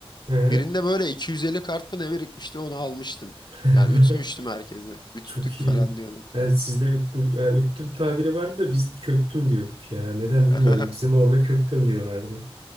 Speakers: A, on the right; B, on the left.
A: He.
B: Birinde böyle 250 kart mı ne birikmişti onu almıştım.
A: <laughs>
B: Yani ütmüştüm herkese. Üttük
A: Çok
B: falan
A: iyi.
B: diyorduk.
A: Yani sizde üttüm, yani üttüm tabiri vardı da biz köktüm diyorduk ya. Neden
B: <laughs>
A: bilmiyorum. Bizim orada köktüm diyorlardı.